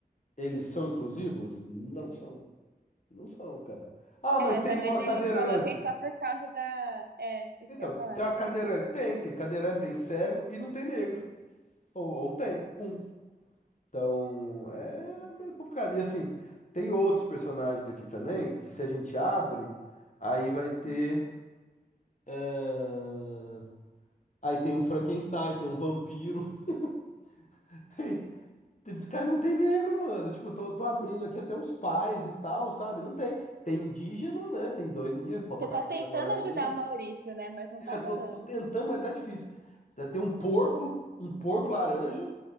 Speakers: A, on the left; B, on the right.
A: Eles são inclusivos? Não são. Não são, cara. Ah,
B: É,
A: mas tem
B: talvez
A: uma
B: eles
A: cadeirante.
B: coloquem só por causa da. É, isso
A: Então,
B: que eu ia falar.
A: tem uma cadeirante. Tem, tem cadeirante, tem cego e não tem negro. Ou, ou tem um. Então é
B: Uhum.
A: meio complicado. E assim, tem outros personagens aqui também que se a gente abre, aí vai ter.
B: Uhum.
A: eh, Aí tem um Frankenstein, tem um vampiro. <laughs> Tem. tem- Cara, não tem negro, mano. Tipo, tô, tô abrindo aqui até os pais e tal, sabe? Não tem. Tem indígena, né? Tem dois indígenas, Papa
B: Você
A: Capinha,
B: tá tentando
A: a namorada
B: ajudar
A: dele.
B: o Maurício, né? Mas não
A: É,
B: tá rolando.
A: tô, tô tentando, mas tá difícil. Tem um porco, um porco laranja.